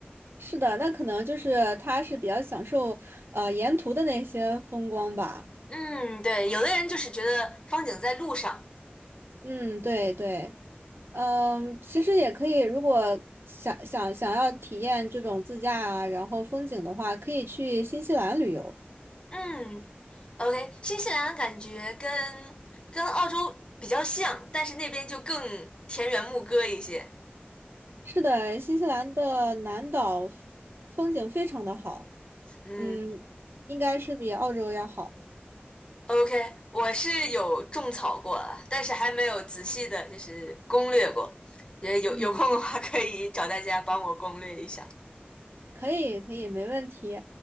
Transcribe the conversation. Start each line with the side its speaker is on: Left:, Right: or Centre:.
Right: 是的，那可能就是他是比较享受呃沿途的那些风光吧。
Left: 嗯，对，有的人就是觉得风景在路上。
Right: 嗯，对对，嗯，其实也可以，如果想想想要体验这种自驾啊，然后风景的话，可以去新西兰旅游。
Left: 嗯，OK，新西兰感觉跟跟澳洲比较像，但是那边就更田园牧歌一些。
Right: 是的，新西兰的南岛风景非常的好，
Left: 嗯，
Right: 嗯，应该是比澳洲要好。
Left: OK，我是有种草过了，但是还没有仔细的，就是攻略过。也有有空的话，
Right: 嗯，
Left: 可以找大家帮我攻略一下。
Right: 可以，可以，没问题。